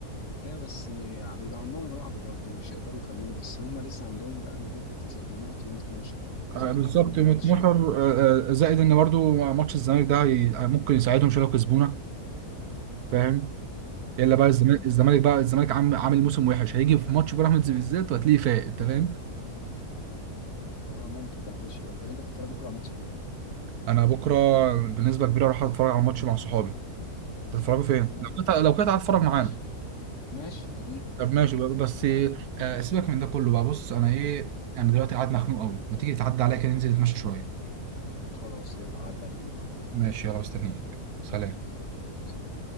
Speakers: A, on the left; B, on the right.
A: ايوه بس يعني بيبقى عندهم رهبة برضه مش هيقدروا يكملوا بس هم لسه عندهم بقى نتيجة التظلمات يوم 12 اذا
B: آه،
A: كانوا
B: بالظبط
A: هيقولوا الماتش
B: متنحر آه، آه، زائد ان برضو ماتش الزمالك ده هي- ممكن يساعدهم شويه لو كسبونا فاهم الا بقى
A: اه
B: الزمالك
A: ممكن
B: الزمالك بقى الزمالك عام- عامل موسم وحش هيجي في ماتش بيراميدز بالذات وهتلاقيه فايق انت فاهم
A: اه ممكن ده ما كل شيء وارد. طب انت هتتفرج بكره على ماتش فين؟
B: انا بكره بالنسبه كبيره اروح اتفرج على ماتش مع صحابي هتتفرجوا فين
A: تمام
B: لو كنت لو كنت هتفرج
A: ماشي
B: معانا
A: ماشي هجيلك
B: طب ماشي بقى بس آه، سيبك من ده كله بقى بص انا ايه انا دلوقتي قاعد مخنوق قوي ما تيجي تعدي عليا كده ننزل نتمشى شويه
A: خلاص يلا عدى عليك دلوقتي
B: ماشي يلا مستنيك سلام
A: مم. سلام.